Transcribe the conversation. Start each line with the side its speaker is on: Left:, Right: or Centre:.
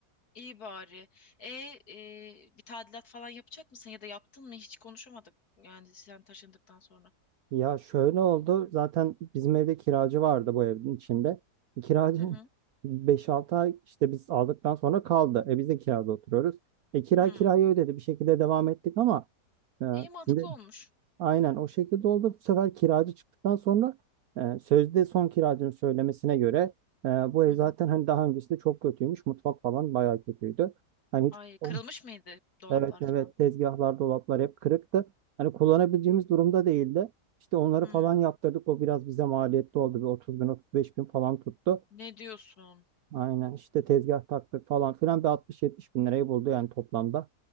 Left: İyi bari. E, e, bir tadilat falan yapacak mısın ya da yaptın mı hiç konuşamadık yani sen taşındıktan sonra.
Right: Ya şöyle oldu zaten bizim evde kiracı vardı bu evin içinde. Kiracı
Left: Hı hı.
Right: <laughs> beş altı ay işte biz aldıktan sonra kaldı. E biz de kirada oturuyoruz. E kira
Left: Hı.
Right: kirayı ödedi bir şekilde devam ettik ama e,
Left: İyi mantıklı
Right: şimdi
Left: olmuş.
Right: Aynen o şekilde oldu. Bu sefer kiracı çıktıktan sonra e, sözde son kiracının söylemesine göre e, bu ev
Left: Hı hı.
Right: zaten hani daha öncesinde çok kötüymüş. Mutfak falan bayağı kötüydü. Hani hiç
Left: Ay kırılmış
Right: <laughs>
Left: mıydı dolaplar
Right: evet evet
Left: falan?
Right: tezgahlar, dolaplar hep kırıktı. Hani kullanabileceğimiz durumda değildi. İşte onları
Left: Hı.
Right: falan yaptırdık. O biraz bize maliyetli oldu. Bir 30 bin 35 bin falan tuttu.
Left: Ne diyorsun?
Right: Aynen işte tezgah taktık falan filan bir 60-70 bin lirayı buldu yani toplamda.